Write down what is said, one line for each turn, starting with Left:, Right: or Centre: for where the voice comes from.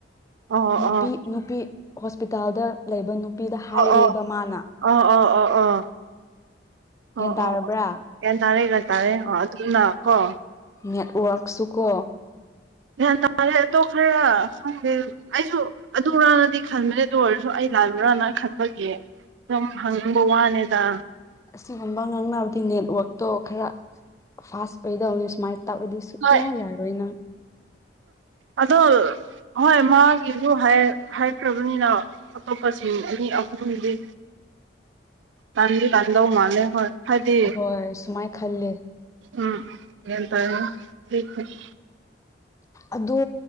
Right: ꯑꯣ
Left: ꯅꯨꯄꯤ
Right: ꯑꯣ
Left: ꯅꯨꯄꯤ ꯍꯣꯁꯄꯤꯇꯥꯜꯗ ꯂꯩꯕ ꯅꯨꯄꯤꯗ ꯍꯥꯏꯔꯦꯕ
Right: ꯑꯣ
Left: ꯃꯥꯅ
Right: ꯑꯣ ꯑꯣ ꯑꯣ ꯑꯣ
Left: ꯒ꯭ꯌꯥꯟ
Right: ꯑꯣ
Left: ꯇꯥꯔꯕ꯭ꯔꯥ
Right: ꯑꯣ ꯑꯣ ꯒ꯭ꯌꯥꯟ ꯇꯥꯔꯦ ꯒꯌꯥꯟ ꯇꯥꯔꯦ ꯑꯣ ꯑꯗꯨꯝꯅ ꯀꯣ
Left: ꯅꯦꯠꯋꯥꯔꯛꯁꯨ ꯀꯣ
Right: ꯒ꯭ꯌꯥꯟ ꯇꯥꯔꯦ ꯑꯗꯣ ꯈꯔ ꯈꯪꯗꯦ ꯑꯩꯖꯨ ꯑꯗꯨꯔꯥꯅꯗꯤ ꯈꯟꯕꯅꯦ ꯑꯗꯨ ꯑꯣꯏꯔꯁꯨ ꯑꯩ ꯂꯥꯟꯕ꯭ꯔꯥꯅ ꯈꯟꯕꯒꯤ ꯁꯨꯝ ꯍꯪꯅꯤꯡꯕ ꯋꯥꯅꯤꯗ
Left: ꯑꯁꯤꯒꯨꯝꯕ ꯉꯥꯡꯅꯕꯗꯤ ꯅꯦꯠꯋꯥꯛꯇꯣ ꯈꯔ ꯐꯥꯁ ꯄꯩꯗꯧꯅꯤ ꯁꯨꯃꯥꯏ ꯇꯥꯞꯑꯗꯤ ꯁꯨꯡꯌꯥ
Right: ꯍꯣꯏ
Left: ꯌꯥꯔꯣꯏ ꯅꯪ
Right: ꯑꯗꯣ ꯍꯣꯏ ꯃꯥꯒꯤꯁꯨ ꯍꯥꯏ ꯍꯥꯢꯈ꯭ꯔꯕꯅꯤꯅ ꯑꯇꯣꯞꯄꯁꯤꯡ ꯑꯅꯤ ꯑꯍꯨꯝꯒꯤꯗꯤ ꯇꯟꯗꯤ ꯇꯟꯗꯧ ꯃꯥꯜꯂꯦ ꯍꯣꯏ ꯍꯥꯏꯗꯤ
Left: ꯍꯣꯏ ꯁꯨꯃꯥꯏꯅ ꯈꯜꯂꯦ
Right: ꯎꯝ ꯎꯝ <unintelligible>
Left: ꯑꯗꯣ